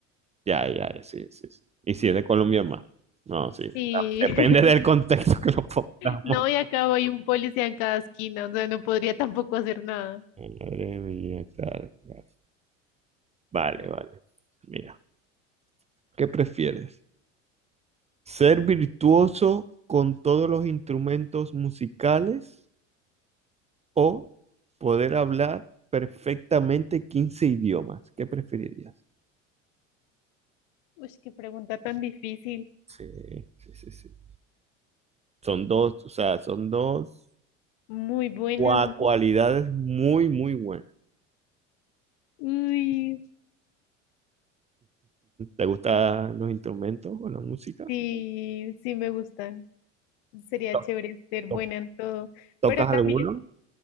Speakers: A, on the right (about 20°); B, on the left (about 65°).
A: Ya, ya, ya, sí, sí, sí. Y si es de Colombia más. No, sí.
B: Sí,
A: Depende
B: <laughs>
A: del contexto que lo pongamos.
B: no, y acá voy un policía en cada esquina, o sea, no podría tampoco hacer nada.
A: Madre mía, claro, claro. Vale,
B: Bu-
A: vale. Mira, ¿qué prefieres? ¿Ser virtuoso con todos los instrumentos musicales o poder hablar perfectamente 15 idiomas? ¿Qué preferirías?
B: Uy, qué pregunta tan difícil.
A: Sí, sí, sí, sí. Son dos, o sea, son dos
B: Muy buenas,
A: cua- cualidades
B: ¿no?
A: muy, muy buenas.
B: Uy,
A: ¿Te gustan los instrumentos o la música?
B: sí, sí me gustan. Sería
A: ¿To-
B: chévere ser
A: to-
B: buena en todo,
A: ¿Tocas
B: pero
A: alguno?
B: también